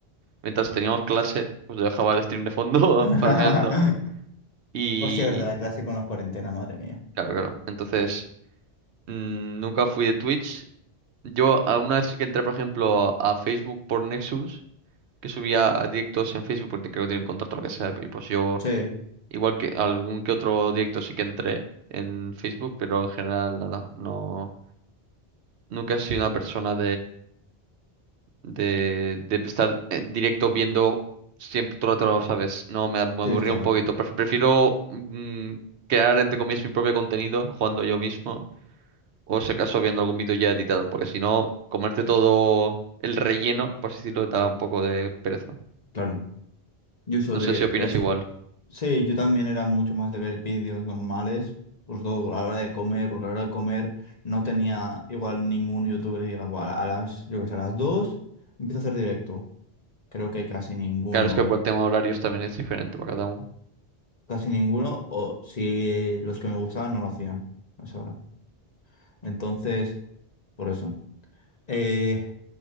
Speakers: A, on the right (about 80°); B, on the left (about 40°).
A: mientras teníamos clase, pues lo dejaba el stream de fondo
B: <laughs>
A: <laughs> farmeando. Y
B: Hostia, verdad, la clase con las cuarentenas, madre mía.
A: claro, claro. Entonces, mm, nunca fui de Twitch. Yo a- una vez sí que entré, por ejemplo, a, a Facebook por Nexus, que subía directos en Facebook porque creo que tienen contrato o lo que sea, y pues yo,
B: Sí,
A: igual que algún que otro directo sí que entré en Facebook, pero en general nada, no, nunca he sido una persona de, de estar en directo viendo siempre todo el rato, lo ¿sabes? No, me, me
B: sí,
A: aburría
B: está
A: un
B: bien.
A: poquito. Pref- Prefiero mm, crear, entre comillas, mi propio contenido jugando yo mismo o si acaso viendo algún vídeo ya editado, porque si no, comerte todo el relleno, por así decirlo, da un poco de pereza.
B: Claro. Yo uso
A: No
B: de
A: sé si opinas igual.
B: Sí, yo también era mucho más de ver vídeos normales, pues todo a la hora de comer, porque a la hora de comer no tenía igual ningún youtuber que diga, "Buah, a las, yo que sé, a las 2 empiezo a hacer directo. Creo que casi ninguno,
A: Claro, es que por el tema de horarios también es diferente para cada uno.
B: casi ninguno, o si los que me gustaban no lo hacían a esa hora. Entonces, por eso. Eh,